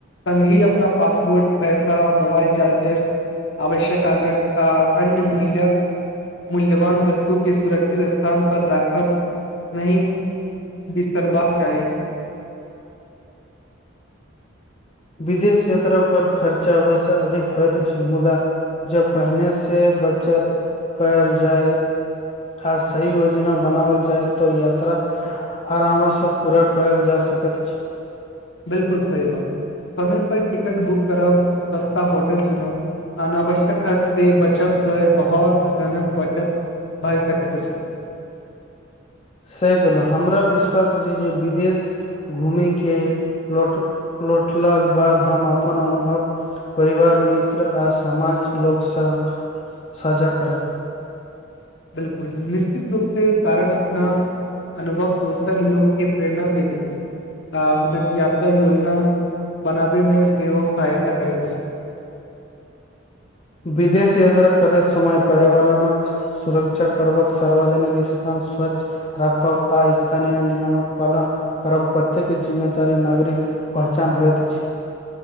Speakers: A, on the left; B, on the left.
A: सङघी अपना पासपोर्ट पैसा मोबाइल चार्जर आवश्यक कागज आ अन्य मूल्य मूल्यवान वस्तु के सुरक्षित स्थान पर राखब नहि बिसरबाक चाही
B: विदेश यात्रा पर खर्चा वैस अधिक होइत अछि मुद्दा जब पहिने से बचत कयल जाय आ सही योजना बनाओल जाय तऽ यात्रा आरामसँ पूरा कयल जा सकैत अछि
A: बिलकुल सही बात समय पर टिकट बुक करब सस्ता होटल चुनब अनावश्यक खर्च से बचब तऽ बहुत घनक बचत भए सक छै
B: सहि गेलहुँ हमरा विश्वास अछि जे विदेश घूमी के लोट लौटलाके बाद हम अपन अनुभव परिवार मित्र आर समाज लोक स साझा करब
A: बिलकुल निश्चित रूप से कारण अपना अनुभव दोसर लोकके प्रेरणा देत अछि आ हके यात्रा योजना बनाबैमे सेहो सहायता करैत अछि
B: विदेश यात्रा करैत समय पर्यावरणक सुरक्षा करबक सार्वजनिक स्थान स्वच्छ राखब आ स्थानीय नियम कऽ पालन करब प्रत्येक जिम्मेदारी नागरिक पहचान होइत अछि